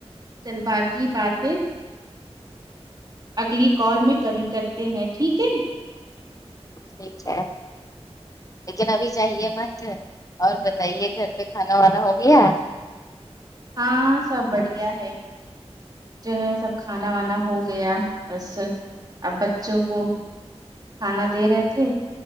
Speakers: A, on the right; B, on the left.
A: چل با کی باتیں اگلی کال میں کر یہ کرتے ہیں ٹھیک ہے
B: ٹھیک ہے لیکن ابھی چائیے مت اور بتائیے گھر پہ کھانا وانا ہو گیا
A: ہاں سب بڑھیا ہے جو ہے سب کھانا وانا ہو گیا بس اب بچوں کو کھانا دے رہے تھے